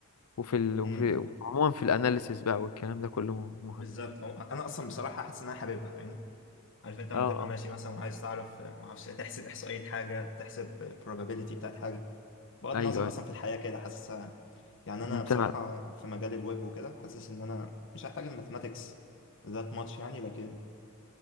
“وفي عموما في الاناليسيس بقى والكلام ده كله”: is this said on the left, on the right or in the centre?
Left